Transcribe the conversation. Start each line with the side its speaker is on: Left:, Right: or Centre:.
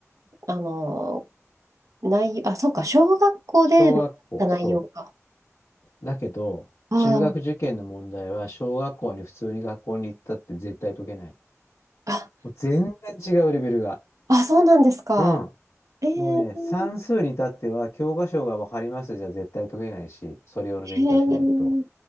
Right: あの、内容、あ、そうか、小学校で習った内容か。
Left: 小学校、そう。だけど、
Right: あー
Left: 中学受験の問題は、小学校に普通に学校に行ったって絶対解けない。
Right: あ、
Left: もう全然違うレベルが。
Right: あ、そうなんですか。
Left: うん。
Right: えー、
Left: もうね、算数に至っては、教科書がわかりますじゃ絶対解けないし、それ用の勉強しないと。
Right: へー